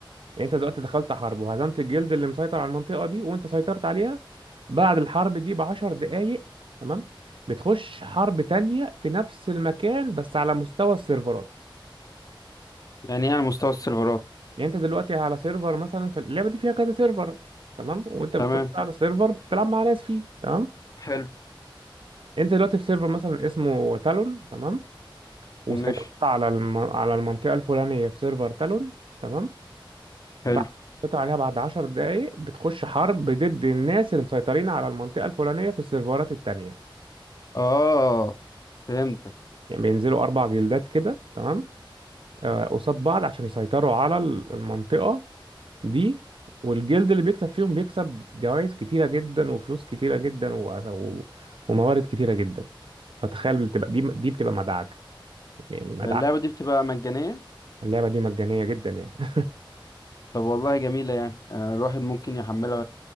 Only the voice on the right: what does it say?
يعني انت دلوقتي دخلت حرب وهزمت الجلد اللي مسيطر على المنطقه دي وانت سيطرت عليها بعد الحرب دي بعشر دقايق تمام بتخش حرب تانية في نفس المكان بس على مستوى السيرفرات
يعني انت دلوقتي على سيرفر مثلا في اللعبه دي فيها كذا سيرفر تمام وانت بتخش
على سيرفر بتلعب مع ناس فيه تمام
انت دلوقتي في سيرفر مثلا اسمه تالون تمام وسيطرت
على الم... على المنطقه الفلانيه في سيرفر تالون تمام
بعد قطع عليها بعد عشر دقايق بتخش حرب ضد الناس اللي مسيطرين على المنطقة الفلانية في السيرفرات التانية
يعني بينزلوا أربع جلدات كده تمام آه، قصاد بعض عشان يسيطروا على ال- المنطقة دي والجلد اللي بيكسب فيهم بيكسب جوائز كتيرة جدا وفلوس كتيرة جدا و... و... وموارد كتيرة جدا فتخيل بتبقى دي دي بتبقى مدعكة يعني مدعكة
اللعبة دي مجانية جدا يعني